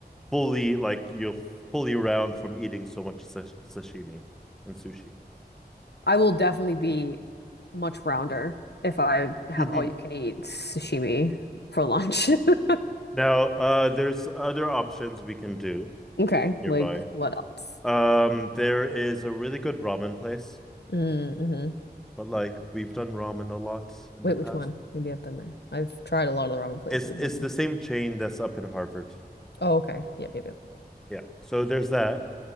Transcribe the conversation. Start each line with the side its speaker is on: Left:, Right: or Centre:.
Centre: fully like you're fully round from eating so much sash sashimi and sushi.
Left: I will definitely be much rounder if I have
Centre: <laughs>
Left: all you can eat sashimi for lunch. <laughs>
Centre: Now, uh, there's other options we can do
Left: Okay,
Centre: nearby.
Left: like what else?
Centre: Um, there is a really good ramen place,
Left: Mm-hmm.
Centre: but like we've done ramen a lot in
Left: Wait,
Centre: the past.
Left: which one? Maybe I've been there. I've tried a lot of the ramen places
Centre: It's it's
Left: and
Centre: the same chain that's up in Harvard.
Left: oh, okay. Yep, yep, yep.
Centre: Yeah. So there's that.